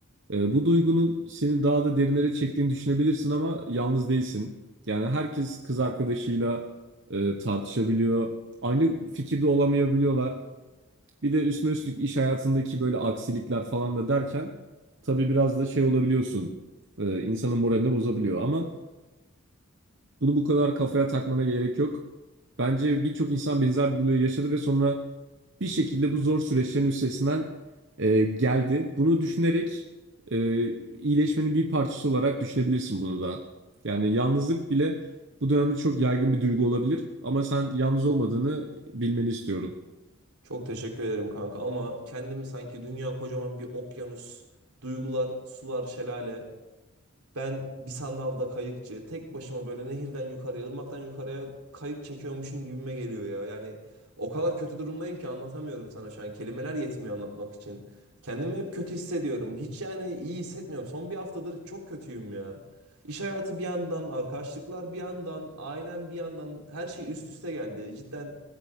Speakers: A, on the right; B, on the right.
A: Ee, bu duygunun seni daha da derinlere çektiğini düşünebilirsin ama yalnız değilsin. Yani herkes kız arkadaşıyla e, tartışabiliyor. Aynı fikirde olamayabiliyorlar. Bir de üstüne üstlük iş hayatındaki böyle aksilikler falan da derken tabii biraz da şey olabiliyorsun. E, insanın moralini bozabiliyor ama bunu bu kadar kafaya takmana gerek yok. Bence birçok insan benzer bir olayı yaşadı ve sonra bir şekilde bu zor süreçlerin üstesinden e, geldi. Bunu düşünerek e, iyileşmenin bir parçası olarak düşünebilirsin bunu da. Yani yalnızlık bile bu dönemde çok yaygın bir duygu olabilir ama sen yalnız olmadığını bilmeni istiyorum.
B: Çok teşekkür ederim kanka ama kendimi sanki dünya kocaman bir okyanus, duygular, sular, şelale. Ben bir sandalda kayıkçı, tek başıma böyle nehirden yukarıya, ırmaktan yukarıya kayık çekiyormuşum gibime geliyor ya. Yani o kadar kötü durumdayım ki anlatamıyorum sana şu an. Kelimeler yetmiyor anlatmak için. Kendimi hep kötü hissediyorum. Hiç yani iyi hissetmiyorum. Son bir haftadır çok kötüyüm ya. İş hayatı bir yandan, arkadaşlıklar bir yandan, ailem bir yandan her şey üst üste geldi. Cidden